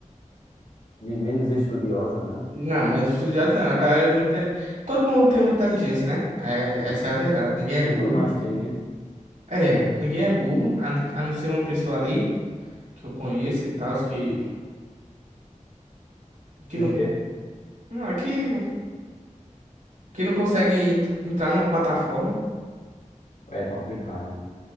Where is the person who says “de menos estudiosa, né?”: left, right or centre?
Left